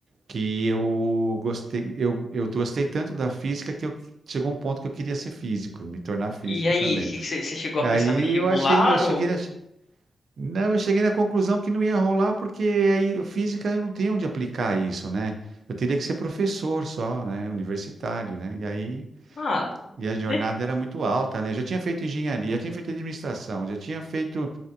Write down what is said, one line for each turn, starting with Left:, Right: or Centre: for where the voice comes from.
Right: Que eu gostei, eu, eu gostei tanto da física que eu, chegou um ponto que eu queria ser físico, me tornar físico
Left: E aí,
Right: também.
Left: que que você você chegou a
Right: Aí
Left: prestar vestibular
Right: eu achei, eu cheguei,
Left: ou...
Right: não, eu cheguei na conclusão que não ia rolar, porque aí física eu não tenho onde aplicar isso, né? Eu teria que ser professor só, né? Universitário, né? E aí,
Left: Ah,
Right: e a jornada
Left: de-
Right: era muito alta, né? Eu já tinha feito engenharia, já tinha feito administração, já tinha feito.